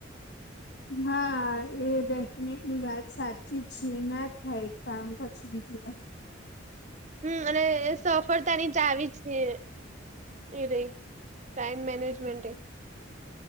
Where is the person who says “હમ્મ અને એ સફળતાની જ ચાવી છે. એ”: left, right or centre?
Right